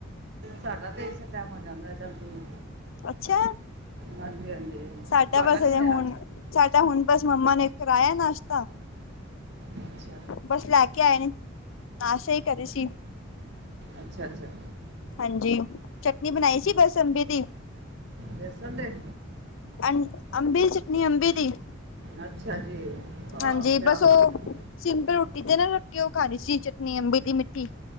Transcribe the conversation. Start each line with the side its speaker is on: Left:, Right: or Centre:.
Right: ਸਾਡਾ ਦੇਸ਼ ਕਾਇਮ ਹੋ ਜਾਂਦਾ ਜਲਦੀ
Left: ਅੱਛਾ।
Right: ਹਾਂਜੀ-ਹਾਂਜੀ
Left: ਸਾਡਾ
Right: ਤੁਹਾਡਾ
Left: ਬਸ
Right: ਨੀ
Left: ਹਜੇ
Right: ਹੋਇਆ।
Left: ਹੁਣ ਸਾਡਾ ਹੁਣ ਬੱਸ ਮੰਮਾ ਨੇ ਕਰਾਇਆ ਨਾਸ਼ਤਾ।
Right: ਅੱਛਾ
Left: ਬੱਸ ਲੈ ਕੇ ਆਏ ਨੇ, ਨਾਸਾ ਹੀ ਕਰੇ ਸੀ।
Right: ਅੱਛਾ-ਅੱਛਾ।
Left: ਹਾਂਜੀ, ਚਟਨੀ ਬਣਾਈ ਸੀ ਬੱਸ ਅੰਬੀ ਦੀ
Right: ਵੇਸਨ ਦੇ।
Left: ਅੰ-ਅੰਬੇ ਦੀ ਚਟਨੀ, ਅੰਬੀ ਦੀ
Right: ਅੱਛਾ ਜੀ‌, ਬਾਹ
Left: ਹਾਂਜੀ
Right: ਕਿਆ
Left: ਬਸ
Right: ਬਾਤ
Left: ਉਹ
Right: ਐ।
Left: ਸਿੰਪਲ ਰੋਟੀ ਤੇ ਰੱਖ ਕੇ ਉਹ ਖਾ ਰਹੀ ਸੀ ਚਟਨੀ ਅੰਬੀ ਦੀ ਮਿੱਟੀ।